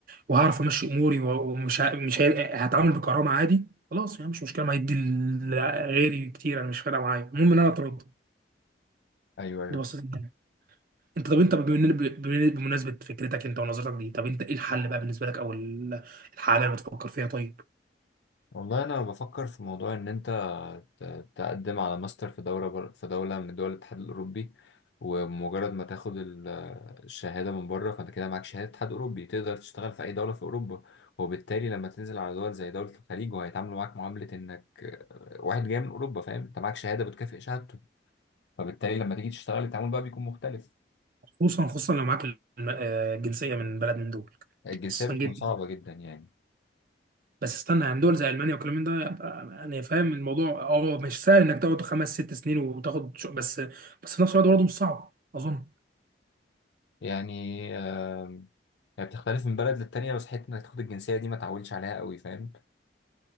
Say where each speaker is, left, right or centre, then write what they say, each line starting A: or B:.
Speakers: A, on the right; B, on the left.
A: وهعرف امشي اموري ومش ه- مش هي... هتعامل بكرامه عادي خلاص يعني مش مشكله ما هيدي ل- غيري كتير انا مش فارقه معايا المهم ان انا اترد
B: ايوه ايوه
A: دي بسيطه يعني انت طب انت بمن- بمن- بمناسبه فكرتك انت ونظرتك دي طب انت ايه الحل بقى بالنسبه لك او ال- الحاجه اللي بتفكر فيها طيب
B: والله انا بفكر في موضوع ان انت ت- تقدم على ماستر في دوله بر... في دوله من دول الاتحاد الاوروبي ومجرد ما تاخد ال- الشهاده من بره فانت كده معاك شهاده اتحاد اوروبي تقدر تشتغل في اي دوله في اوروبا وبالتالي لما تنزل على دول زي دوله الخليج وهيتعاملوا معاك معامله انك آه، واحد جاي من اوروبا فاهم انت معاك شهاده بتكافئ شهادته فبالتالي لما تيجي تشتغل التعامل بقى بيكون مختلف
A: خصوصا خصوصا لو معاك الم- آه، الجنسيه من بلد من دول
B: الجنسيه
A: خصوصا
B: بتكون
A: جدا
B: صعبه جدا يعني
A: بس استنى يعني دول زي المانيا والكلام من ده يبقى انا فاهم الموضوع اه مش سهل انك تقعد خمس ست سنين وتاخد شو- بس بس في نفس الوقت برضه مش صعب اظن
B: يعني آم، يعني بتختلف من بلد للتانية بس حتة انك تاخد الجنسية دي ما تعولش عليها قوي فاهم